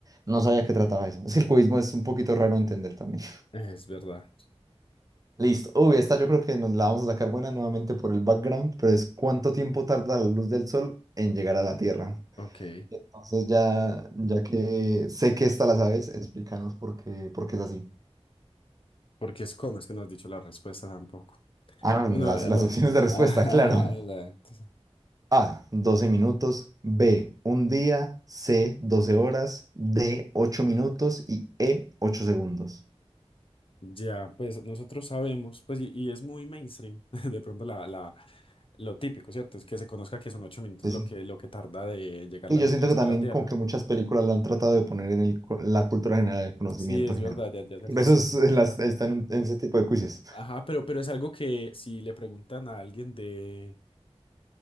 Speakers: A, on the right (about 35°); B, on the left (about 55°).
A: No sabía que trataba eso. Es que el cubismo es un poquito raro de entender también.
B: es verdad.
A: <laughs> Listo. Uy, esta yo creo que nos la vamos a sacar buena nuevamente por el background, pero es cuánto tiempo tarda la luz del sol en llegar a la Tierra.
B: Ok,
A: Entonces ya, ya que sé que esta la sabes, explícanos por qué, por qué es así.
B: porque es como, es que no has dicho la respuesta tampoco.
A: Ah, bueno,
B: Bueno,
A: las,
B: ahora,
A: las
B: eh, bueno,
A: opciones de respuesta,
B: <laughs> ajá,
A: claro.
B: exacto.
A: A, 12 minutos. B, un día. C, 12 horas. D, 8 minutos. Y E, 8 segundos.
B: Ya, pues nosotros sabemos, pues, y, y es muy mainstream, <laughs> de pronto la, la, lo típico, ¿cierto? Es que se conozca que son ocho minutos
A: Sí,
B: lo
A: sí.
B: que, lo que tarda de llegar
A: Y
B: la
A: yo
B: luz
A: siento
B: del
A: que
B: sol
A: también
B: a la Tierra.
A: como que muchas películas lo han tratado de poner en el cu- la cultura general, el conocimiento
B: Sí, es
A: general.
B: verdad, ya, ya se
A: Por
B: ha puesto
A: Eso es-
B: como
A: eh,
B: cultura
A: las,
B: general.
A: están en, ese tipo de quizzes.
B: Ajá, pero, pero es algo que si le preguntan a alguien de,